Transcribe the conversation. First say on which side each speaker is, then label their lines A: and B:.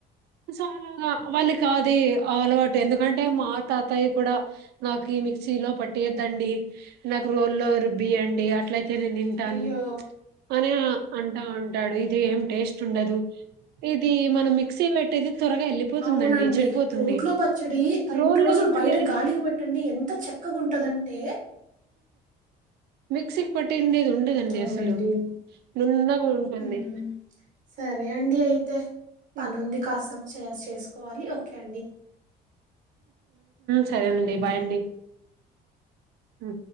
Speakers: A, on the right; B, on the right.
A: చాలాగా వాళ్ళ కాదు అలవాటు. ఎందుకంటే మా తాతయ్య కూడా నాకు ఈ మిక్సీలో పట్టియద్దండి నాకు రోల్ల్లో రుబ్బియండి. అట్లయితే అ తను తింటాను
B: అయ్యో!
A: అనే అంటా ఉంటాడు. ఇది ఏం టేస్ట్ ఉండదు ఇది మనం మిక్సీ పెట్టేది. త్వరగా వెళ్ళిపోతుందండి
B: అవునండి
A: చెడిపోతుంది
B: రోట్లో పచ్చడి రెండు
A: రోల్లో
B: రోజులు
A: రుబ్బిండేది
B: బయట గాలికి పెట్టండి. ఎంత చక్కగున్ టదంటే
A: మిక్సీ పట్టిండేది ఇది ఉండదండి,
B: అవునండి.
A: అసలు నున్నగా ఉంటుంది.
B: హ్మ్. సరే అండి అయితే పనుంది
A: ఉమ్,
B: కాసం చేసుకోవాలి ఓకే
A: సరేనండి
B: బాయ్ అండి.
A: బాయండి. అ